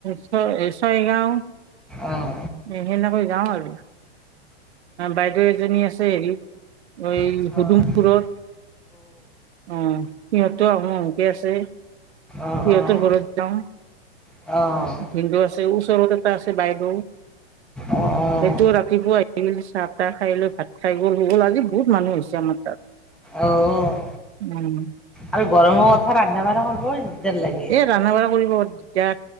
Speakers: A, on the right; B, in the centre.
A: ছয় - ছয়গাঁও।
B: অঁ।
A: সেনেকৈ যাওঁ আৰু। বাইদেউ এজনী আছে হেৰিত এই
B: অ
A: হুদুমপুৰত। অ' সিহঁতো আহো অহোকে আছে।
B: অ
A: সিহঁতৰ
B: অ অ
A: ঘৰত যাওঁ।
B: অ',
A: ভিন্দ আছে ওচৰতে এটা আছে বাইদেউ।
B: অ'।
A: সেইটো ৰাতিপুৱা আহিলি চাহ - তাহ খাই লৈ ভাত খাই গ'ল হৈ গ'ল আজি বহুত মানুহ হৈছে। জনমকাৰ
B: অ',
A: উম। <inaudible>
B: আৰু গৰমৰ কথা ৰান্ধা বঢ়া কৰিব দিগদাৰ লাগে।
A: ৰান্ধা বঢ়া কৰিব পাৰে ক্য